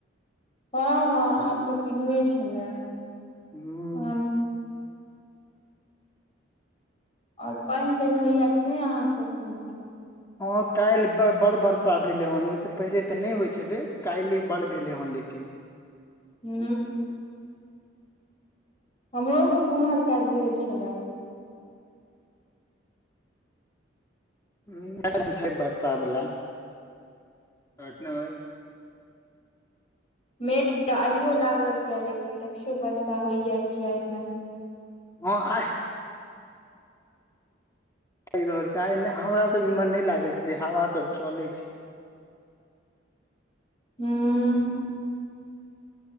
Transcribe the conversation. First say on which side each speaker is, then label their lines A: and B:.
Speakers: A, on the left (about 30°); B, on the left (about 15°).
A: हँ हँ आम तऽ किनुए छेला
B: हुॅं
A: हँ आओर पाइनि ताइनि होइया कि नाय अहाँ सब क
B: हँ काल्हि बड़ वर्षा भेलै हेन ओहिस पहिले तऽ नय होइ छलै काल्हि बड़ भेलै हेन लेकिन
A: हू हमरो सबके ओम्हर काल्हि भेल छलए
B: <unintelligible> छै बरसा बल्ला कटना भाई
A: मेघ तऽ आइयो लागल यए लेकिन देखियो वर्षा होइया कि आय नाय
B: हँ आय लैग रहल छै आय हमरा सब इमर नै लागल छै हवा सब चले छै
A: हुॅं